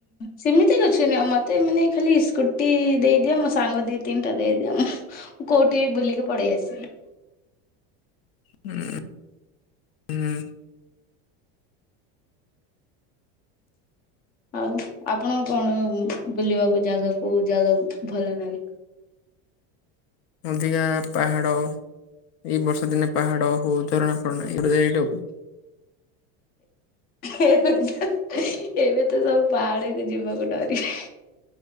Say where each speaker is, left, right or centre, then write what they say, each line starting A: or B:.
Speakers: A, on the left; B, on the left.
A: ସେମିତି କିଛି ନାହିଁ ମତେ ମାନେ ଖାଲି ସ୍କୁଟି ଦେଇଦିଅ ମୋ ସାଙ୍ଗ ଦି ତିନିଟା ଦେଇଦିଅ। ମୁଁ କୋଉଠି ବି ବୁଲିକି ପଳେଇ ଆସିଲି।
B: ହୁଁ। ହୁଁ।
A: ଆଉ ଆପଣଙ୍କୁ କଣ ବୁଲିବାକୁ ଜାଗା କୋଉ ଜାଗା ଭଲ ଲାଗେ?
B: ଅଧିକା ପାହାଡ଼ ଏଇ ବର୍ଷା ଦିନେ ପାହାଡ଼ ହଉ ଝରଣା ଫରଣା ଏଇଗୁଡ଼ା ଏଇଟା ଆଉ।
A: ଏବେ ତ ସବୁ ପାହାଡକୁ ଯିବାକୁ ଡରିବେ।